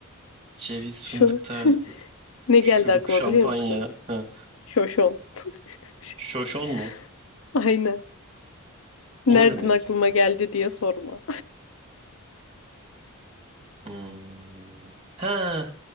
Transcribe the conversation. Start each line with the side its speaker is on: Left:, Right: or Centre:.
Right: ceviz,
Left: Şu
Right: fındık tarzı,
Left: ne
Right: şurup,
Left: geldi aklıma
Right: şampanya.
Left: biliyor musun?
Right: Ha.
Left: Şoşon. <laughs>
Right: Şoşon mu?
Left: Aynen.
Right: O
Left: Nereden
Right: ne demek?
Left: aklıma
Right: ki?
Left: geldi diye sorma.
Right: Hmm. Ha,